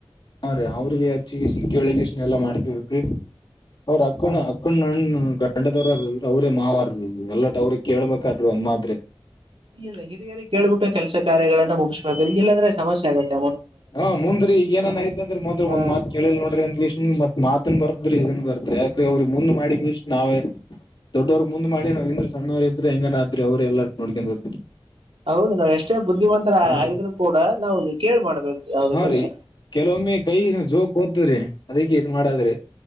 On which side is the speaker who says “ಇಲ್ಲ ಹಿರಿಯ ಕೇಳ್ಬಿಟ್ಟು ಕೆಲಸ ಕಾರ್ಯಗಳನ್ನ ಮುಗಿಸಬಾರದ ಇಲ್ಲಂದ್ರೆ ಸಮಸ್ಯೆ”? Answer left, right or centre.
Right